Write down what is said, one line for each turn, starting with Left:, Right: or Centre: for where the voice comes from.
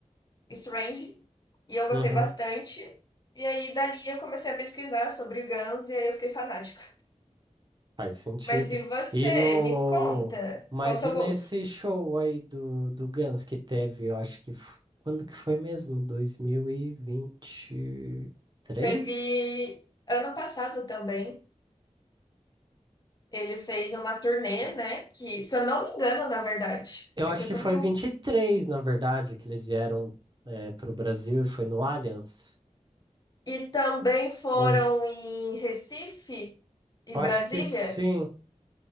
Left: Strange. E eu gostei
Right: Uhum,
Left: bastante. E aí, dali, eu comecei a pesquisar sobre o Guns e aí eu fiquei fanática.
Right: faz sentido.
Left: Mas e você?
Right: E no.
Left: Me conta,
Right: Mas
Left: qual o seu
Right: e nesse
Left: gosto?
Right: show aí do, do Guns que teve, eu acho que. f- Quando que foi mesmo? dois mil e vinte e três
Left: Teve ano passado também, ele fez uma turnê, né? Que, se eu não me engano, na verdade,
Right: Eu
Left: é
Right: acho
Left: que eu
Right: que
Left: tô
Right: foi
Left: meio.
Right: 23 na verdade, que eles vieram para o Brasil e foi no Allianz.
Left: E também foram
Right: Ou
Left: em Recife e
Right: acho
Left: Brasília?
Right: que sim.